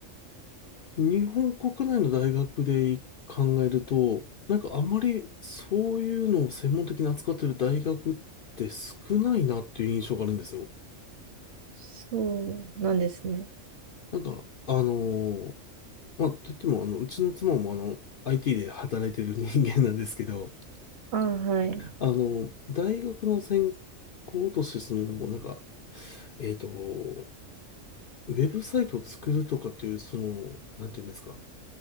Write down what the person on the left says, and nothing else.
日本国内の大学で考えると、なんかあまりそういうのを専門的に扱ってる大学って少ないなっていう印象があるんですよ。
なんか、あのーまあ、といっても、あの、うちの妻もあの、IT で働いてる人間なんですけど、
あの、大学の専攻として、その、なんか、えっと、ウェブサイトを作るとかっていう、その、なんていうんですか、